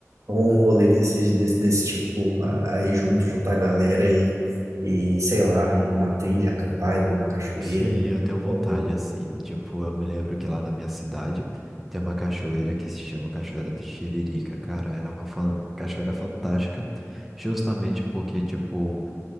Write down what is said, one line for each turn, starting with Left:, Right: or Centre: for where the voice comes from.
Right: um rolê desses, desse, desse tipo a- aí junto, juntar a galera e, e, sei lá, ir para uma trilha, acampar, ir para uma cachoeira.
Centre: Sim, eu tenho vontade,
Right: Ou...
Centre: assim. Tipo, eu me lembro que lá na minha cidade tem uma cachoeira que se chama Cachoeira de Xeririca. Cara, era uma fan- cachoeira fantástica, justamente porque, tipo,